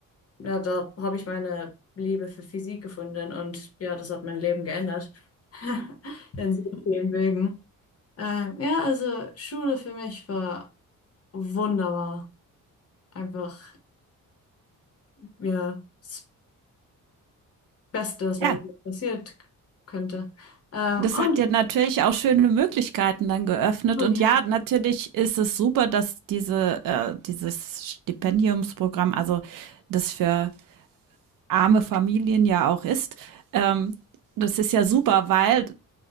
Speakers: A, on the left; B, on the right.
A: ja, da habe ich meine Liebe für Physik gefunden und ja, das hat mein Leben geändert. <laughs> In so vielen Wegen. Ähm, ja, also Schule für mich war wunderbar. Einfach, ja, das Beste, was
B: Ja.
A: mir je passiert könnte. Ähm,
B: Das
A: und,
B: hat ja natürlich auch schöne Möglichkeiten dann geöffnet.
A: oh
B: Und
A: ja,
B: ja, natürlich ist es super, dass diese, äh, dieses Stipendiumsprogramm, also das für arme Familien ja auch ist, ähm, das ist ja super, weil